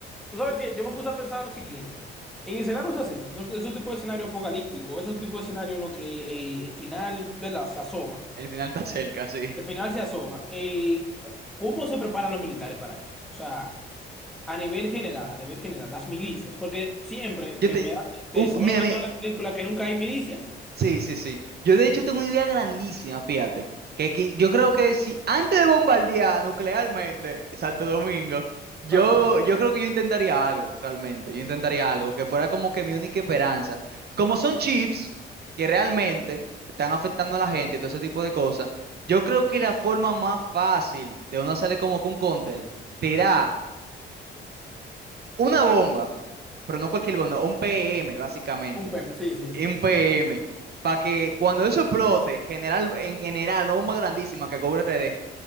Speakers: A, in the centre; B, on the right (about 55°).
A: tú sabes que yo me puse a pensar lo siguiente. En escenarios así, esos, esos tipos de escenario apocalíptico, esos tipos de escenario en los que eh, el final, ¿verdad? Se asoma.
B: El final está cerca, sí.
A: El final se asoma. eh, c- ¿cómo se preparan los militares para eso? O sea... A nivel general, a nivel general, las milicias, porque siempre
B: Yo
A: que
B: te...
A: me da tristeza,
B: Uf, mírame.
A: uno ve todas las películas que nunca hay milicia,
B: Sí, sí, sí. Yo de hecho tengo una idea grandísima, fíjate. Que, que yo creo que si antes de bombardear nuclearmente Santo Domingo, yo,
A: ajá,
B: yo creo que yo intentaría algo, realmente. Yo intentaría algo que fuera como que mi única esperanza. Como son chips que realmente están afectando a la gente y todo ese tipo de cosas, yo creo que la forma más fácil de uno hacerle como que un cóctel, tirar una bomba, pero no cualquier bomba, un PM, básicamente
A: un PEM, sí, sí, sí,
B: un
A: sí.
B: PM,
A: Un-
B: para que cuando eso explote, general, en general, no bomba grandísima que cobre RD,